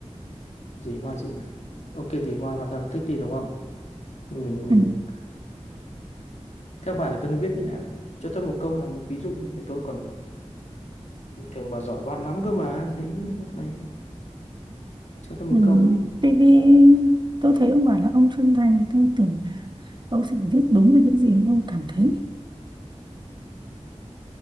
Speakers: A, on the left; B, on the right.
A: gì hoa gì nhỉ ok thì hoa hoa ta thích đi đúng không mình mình
B: Ừ.
A: theo bà thì tôi nên viết như nào nhỉ cho tôi một câu là một ví dụ như thế tôi còn bình thường bà giỏi văn lắm cơ mà thấy này cho tôi một
B: Ừ.
A: câu đi
B: Tại vì tôi thấy ông bảo là ông chuyên ngành thì tôi tưởng là ông sẽ phải viết đúng được những gì mà ông cảm thấy.